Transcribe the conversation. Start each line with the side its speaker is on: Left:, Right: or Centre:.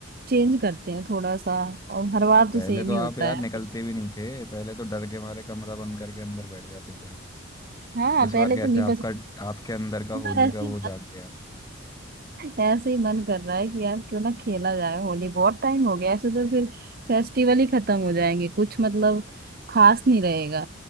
Right: चेंज करते हैं थोड़ा सा और हर बार
Left: पहले
Right: तो सेम
Left: तो
Right: ही
Left: आप
Right: होता
Left: यार
Right: है
Left: निकलते भी नहीं थे पहले तो डर के मारे कमरा बंद करके अंदर बैठ जाते थे आप
Right: हाँ
Left: इस
Right: पहले
Left: बार कैसे
Right: तो नहीं
Left: आपका
Right: पसंद
Left: आपके अंदर का
Right: इस बार
Left: होली
Right: ऐसी
Left: का वो जाग गया
Right: ऐसे ही मन कर रहा है कि यार क्यों ना खेला जाए होली बहुत टाइम हो गया ऐसे तो फिर फेस्टिवल ही खत्म हो जाएंगे कुछ मतलब खास नहीं रहेगा